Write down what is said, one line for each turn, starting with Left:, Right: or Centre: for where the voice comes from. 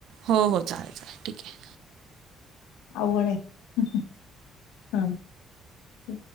Right: हो हो चालेल चालेल ठीक आहे
Left: अवघण आहे हा अ